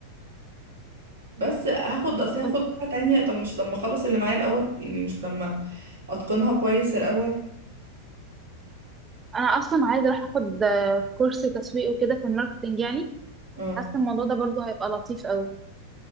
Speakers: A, on the right; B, on the right.
A: بس هاخد اصل هاخد
B: بس
A: لغة تانية طب مش لما اخلص اللي معايا الاول يعني مش لما اتقنها كويس الاول
B: أنا أصلا عايزة أروح أخد آه، كورس تسويق وكده في الماركتينج يعني
A: اه
B: حاسة الموضوع ده برضه هيبقى لطيف أوي